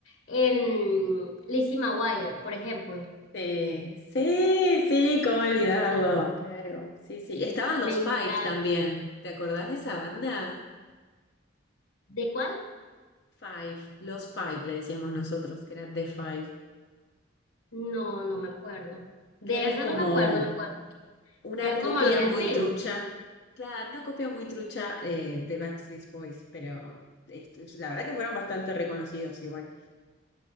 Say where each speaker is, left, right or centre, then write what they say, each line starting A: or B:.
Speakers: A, on the left; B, on the left.
A: en Lizzie McGuire, por ejemplo.
B: Sí, sí, sí, cómo olvidarlo, claro. Sí, sí. Estaban los
A: Me encanta.
B: Five también. ¿Te acordás de esa banda?
A: ¿De cuál?
B: Five, los Five le decíamos nosotros, que era The Five.
A: No, no me acuerdo. De
B: que eran
A: esa
B: como
A: no me acuerdo, me acuerdo.
B: una
A: Eran
B: copia
A: como los
B: muy
A: Sin
B: trucha, claro, una copia muy trucha eh, de Backstreet Boys, pero esto es- la verdad que fueron bastante reconocidos igual.